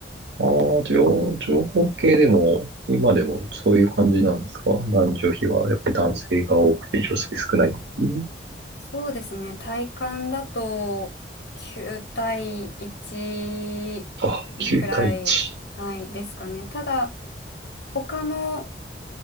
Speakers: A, on the right (about 70°); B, on the left (about 65°).
A: ああ、情、情報系でも、今でもそういう感じなんですか男女比は、やっぱり男性が多くて女性少ない。うん
B: そうですね、体感だと9対1
A: あ、9対1。
B: くらい、はい、ですかね。ただ、他の